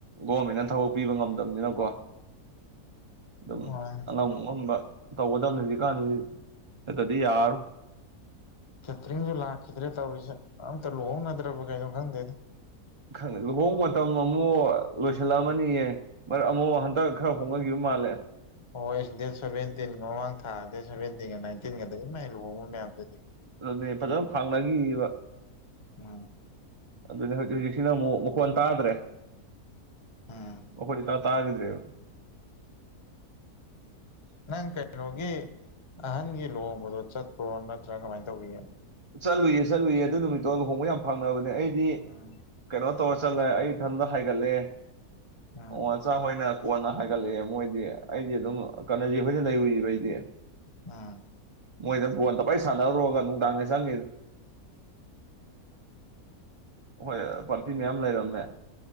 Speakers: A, on the right (about 45°); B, on the left (about 25°).
A: ꯒꯣꯔꯃꯦꯟꯅ ꯊꯕꯛ ꯄꯤꯕ ꯉꯝꯗꯕꯅꯤꯅꯀꯣ꯫ ꯑꯗꯨꯃ꯫
B: ꯍꯣꯏ
A: ꯑꯉꯝꯕ ꯑꯉꯝꯕ ꯇꯧꯒꯗꯕꯅꯤ ꯍꯧꯖꯤꯛꯀꯥꯟꯗꯤ ꯍꯦꯛꯇꯗꯤ ꯇꯠꯇꯔꯗ ꯌꯥꯔꯔꯣꯏ꯫
B: ꯀꯦꯇꯔꯤꯡꯁꯨ ꯂꯥꯛꯈꯤꯗ꯭ꯔꯦ ꯇꯧꯔꯤꯁꯦ ꯑꯝꯇ ꯂꯨꯍꯣꯡꯅꯗ꯭ꯔꯕ ꯀꯩꯅꯣ ꯈꯪꯗꯦꯗ꯫
A: ꯈꯪꯗꯦ ꯂꯨꯍꯣꯡ ꯃꯇꯝ ꯑꯃꯨꯛ ꯂꯣꯏꯁꯤꯜꯂꯛꯑꯃꯅꯤꯌꯦ꯫ ꯃꯔ ꯑꯃꯨꯛ ꯍꯟꯗꯛ ꯈꯔ ꯍꯣꯡꯅꯈꯤꯕ ꯃꯥꯜꯂꯦ꯫
B: ꯑꯣ ꯑꯩ ꯗꯦꯠ ꯁꯚꯦꯟꯇꯤꯟꯒ ꯃꯃꯥꯡ ꯊꯥ ꯗꯦꯠ ꯁꯚꯦꯟꯇꯤꯟꯒ ꯅꯥꯏꯟꯇꯤꯟꯒꯗ ꯏꯃꯥꯏ ꯂꯨꯍꯣꯡꯕ ꯃꯌꯥꯝꯗꯨꯗꯤ꯫
A: ꯑꯗꯨꯅꯦ ꯐꯖꯅ ꯐꯥꯡꯅꯈꯤꯑꯕ
B: ꯎꯝ
A: ꯑꯗꯨꯅꯦ ꯍꯧꯖꯤꯛ ꯍꯧꯖꯤꯛ꯫ ꯁꯤꯅ ꯑꯃꯨꯛ ꯃꯈꯣꯟ ꯇꯥꯗ꯭ꯔꯦ꯫
B: ꯎꯝ
A: ꯃꯈꯣꯟ ꯏꯇꯥ ꯇꯈꯤꯗ꯭ꯔꯦ ꯫
B: ꯅꯪ ꯀꯩꯅꯣꯒꯤ ꯑꯍꯟꯒꯤ ꯂꯨꯍꯣꯡꯕꯗꯣ ꯆꯠꯄ꯭ꯔꯣ ꯅꯠꯇ꯭ꯔꯥ ꯀꯃꯥꯏꯅ ꯇꯧꯕꯤꯒꯦ꯫
A: ꯆꯠꯂꯨꯏ ꯆꯠꯂꯨꯏꯌꯦ ꯑꯗꯨ ꯅꯨꯃꯤꯠꯇꯣ ꯂꯨꯍꯣꯡꯕ ꯌꯥꯝ ꯐꯪꯅꯕꯅꯦ ꯑꯩꯗꯤ
B: ꯎꯝ
A: ꯀꯩꯅꯣ꯫ ꯇꯧꯔ ꯆꯠꯂꯦ ꯑꯩ ꯏꯊꯟꯇ ꯍꯥꯏꯒꯠꯂꯦ
B: ꯎꯝ
A: ꯑꯣ꯫ ꯃꯆꯥ ꯍꯣꯏꯅ ꯀꯣꯟꯅ ꯍꯥꯏꯒꯠꯂꯛꯑꯦ ꯃꯣꯏꯗꯤ ꯑꯩꯗꯤ ꯑꯗꯨꯝ ꯀꯅꯖꯤꯠ ꯍꯣꯏꯗ ꯂꯩꯔꯨꯏꯔꯤꯕ ꯑꯩꯗꯤ꯫
B: ꯑꯥ꯫
A: ꯃꯣꯏꯗ ꯕꯣꯗ ꯄꯩꯁꯥꯟꯅꯔꯨꯔꯒ ꯅꯨꯡꯗꯥꯡꯅ ꯆꯪꯉꯤꯗꯨ꯫ ꯍꯣꯏ ꯄꯥꯔꯇꯤ ꯃꯌꯥꯝ ꯂꯩꯔꯝꯃꯦ